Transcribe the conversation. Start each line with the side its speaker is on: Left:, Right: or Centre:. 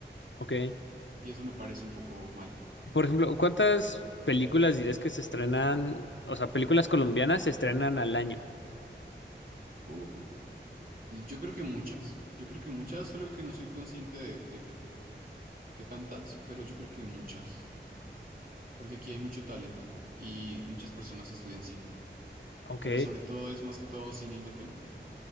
Left: Ok.
Right: y eso me parece un poco mal.
Left: Por ejemplo, ¿cuántas películas dirías que se estrenan, o sea, películas colombianas se estrenan al año?
Right: Uh, yo creo que muchas. Yo creo que muchas, solo que no soy consciente de, de que tantas, pero yo creo que muchas, porque aquí hay mucho talento y muchas personas estudian cine,
Left: Ok.
Right: pero sobre todo es más que todo cine independiente.